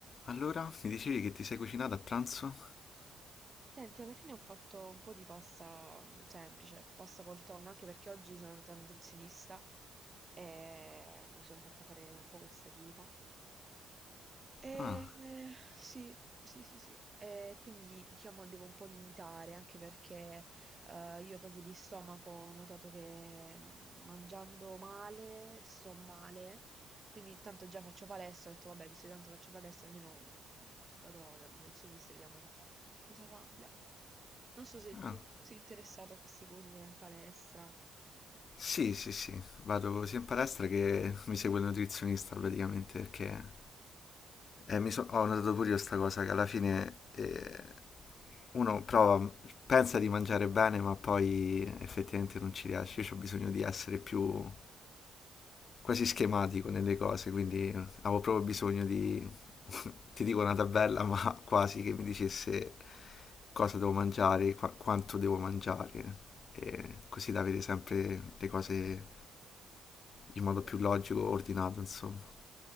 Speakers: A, on the left; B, on the right.
A: Allora, mi dicevi che ti sei cucinato a pranzo?
B: Senti, alla fine ho fatto un po' di pasta mm, semplice, pasta col tonno, anche perché oggi sono andata al nutrizionista e mi sono fatta fare un po' questa dieta. Eh,
A: Ah,
B: sì, sì, sì, sì. Eh, quindi diciamo devo un po' limitare anche perché eh, io proprio di stomaco ho notato che mm, mangiando male sto male, quindi tanto già faccio palestra, ho detto vabbè, visto che tanto faccio palestra, almeno mm, vado dal nutrizionista e vediamo un po' cosa cambia. Non so se
A: ah.
B: tu sei interessato a queste cose, se vai in palestra.
A: Sì, sì, sì, vado sia in palestra che mi segue il nutrizionista praticamente perché eh, mi so- ho notato pure io sta cosa che alla fine eh, uno prova, pensa di mangiare bene, ma poi effettivamente non ci riesce. Io ho bisogno di essere più quasi schematico nelle cose, quindi avevo proprio bisogno di, <laughs> ti dico una tabella, ma quasi che mi dicesse cosa devo mangiare, qua- quanto devo mangiare, e così da avere sempre le cose in
B: Sì.
A: modo più logico, ordinato, insomma.